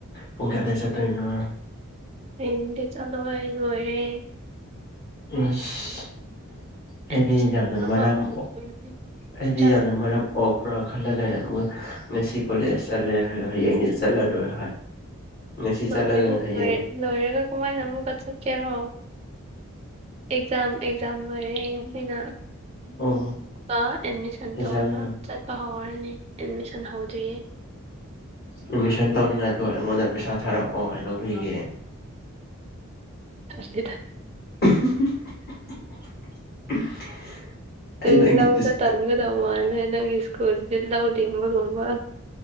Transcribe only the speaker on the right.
ꯍꯤꯟꯗꯤ ꯆꯂꯣꯏ ꯂꯣꯏꯔꯦ
ꯑꯦꯗꯃꯤꯁꯟ
ꯇꯧꯔꯒ
ꯑꯃꯨꯛ ꯇꯧꯔꯅꯤ
ꯆꯠ
ꯂꯣꯏꯔꯗꯤ
ꯂꯣꯏ
ꯂꯣꯏꯔꯒ ꯀꯃꯥꯏꯅ ꯑꯃꯨꯛꯀ ꯆꯠꯀꯦꯔꯣ ꯑꯦꯛꯖꯥꯝ ꯑꯦꯛꯖꯥꯝ ꯃꯔꯦꯡ ꯑꯩꯅꯀ
ꯑꯦꯠꯃꯤꯁꯟ
ꯇꯧꯔꯒ ꯆꯠ ꯂꯄꯥ ꯍꯧꯔꯅꯤ ꯑꯦꯠꯃꯤꯁꯟ ꯍꯧꯗ꯭ꯔꯤꯑ
ꯅꯤ ꯇ
ꯎꯝ
ꯂꯧꯗ
ꯇꯝꯒꯗꯧ ꯃꯥꯜꯂꯦ ꯅꯪꯒꯤ ꯁ꯭ꯀꯨꯜꯁꯤꯗꯤ ꯂꯧ ꯂꯤꯡꯕꯒꯨꯝꯕ